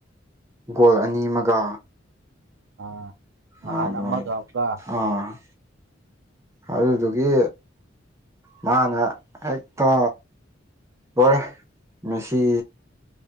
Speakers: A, on the right; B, on the right.
A: ꯒꯣꯜ ꯑꯅꯤ ꯑꯃꯒ
B: ꯑ ꯅꯍꯥꯟ
A: ꯑꯥ ꯑꯗꯨꯃꯥꯏꯅ
B: ꯑꯃꯒ ꯑꯃꯒ
A: ꯑꯥ ꯑꯗꯨꯗꯨꯒꯤ ꯃꯥꯅ ꯍꯦꯛꯇ ꯣꯔꯦ ꯃꯦꯁꯤ